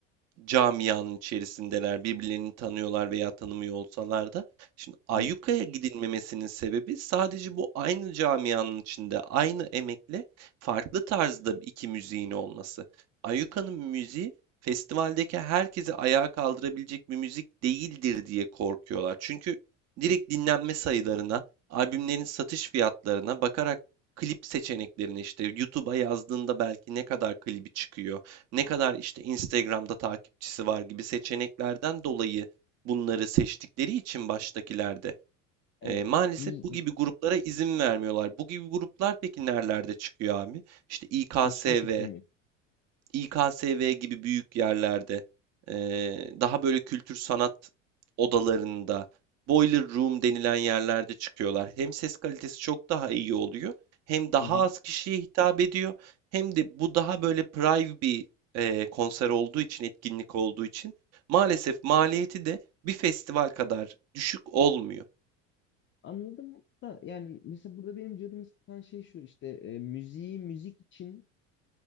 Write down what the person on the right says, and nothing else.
camianın içerisindeler, birbirlerini tanıyorlar veya tanımıyor olsalar da. Şimdi Ayyuka'ya
gidilmemesinin sebebi sadece bu aynı camianın içinde aynı emekle farklı tarzda iki müziğin olması. Ayyuka'nın müziği festivaldeki herkesi ayağa kaldırabilecek bir müzik değildir diye korkuyorlar. Çünkü direkt dinlenme sayılarına, albümlerin satış fiyatlarına bakarak klip seçeneklerine işte YouTube'a yazdığında belki ne kadar klibi çıkıyor ne kadar işte Instagram'da takipçisi var gibi seçeneklerden dolayı bunları seçtikleri için baştakilerde
e, maalesef
bu gibi gruplara izin vermiyorlar. Bu gibi gruplar peki nerelerde çıkıyor abi? İşte İKSV,
İKSV gibi büyük yerlerde, eee, daha böyle kültür sanat odalarında, boiler room denilen yerlerde çıkıyorlar. Hem ses kalitesi çok daha iyi oluyor, hem daha
az kişiye hitap ediyor, hem de bu daha böyle private bir eee, konser olduğu için, etkinlik olduğu için maalesef maliyeti de bir festival kadar düşük olmuyor.